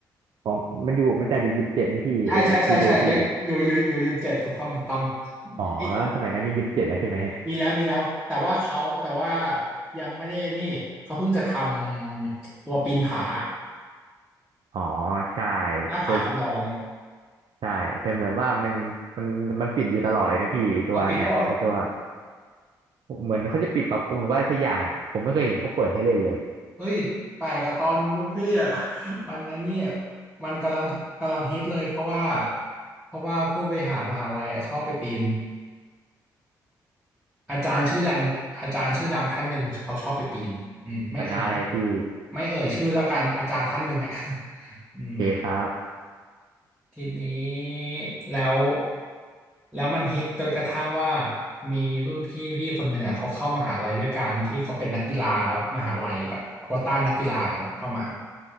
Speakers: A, on the right; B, in the centre.
A: ของมันอยู่มันจะอยู่ยิมเจ็ดไหมพี่ไอจูโดพี่
B: ใช่ใช่ใช่ใช่ยังอยู่อยู่อยู่ยิมเจ็ดถูกต้องถูกต้อง
A: อ๋อแล้วสมัยนั้นมียิมเจ็ดแล้วใช่ไหม
B: อีมีแล้วมีแล้วแต่ว่าเขาแต่ว่ายังไม่ได้นี่เขาเพิ่งจะทำตัวปีนผา
A: อ๋อใช่
B: หน้าผาจำลอง
A: ตัวใช่แต่เหมือนว่ามันมันมันปิดอยู่ตลอดเลยนะพี่ตัวเนี่ยไอตัว
B: เอาปิดแล้วเหรอ
A: เหมือนเขาจะปิดปรับปรุงหรือว่าสักอย่างผมไม่เคยเห็นเขาเปิดให้เล่นเลย
B: เฮ้ยแปลกอะตอนยุคพี่อะ <laughs> มันไอันนี้มันกำลังกำลังฮิตเลยเพราะว่าเพราะว่าผู้บริหารมหาลัยอะชอบไปปีนอาจารย์ชื่อดังอาจารย์ชื่อดังท่านหนึ่งเขาชอบไปปีนอืมไม่เอ่ยชื่อ
A: คณะอะไรพี่
B: ไม่เอ่ยชื่อแล้วกันอาจารย์ท่านหนึ่งอะ <laughs> อืม
A: โอเคครับ
B: ทีนี้แล้วแล้วมันฮิตจนกระทั่งว่ามีรุ่นพี่พี่คนหนึ่งอ่ะเขาเข้ามหาลัยด้วยการที่เขาเป็นนักกีฬามหาลัยแบบโควต้านักกีฬานะเข้ามา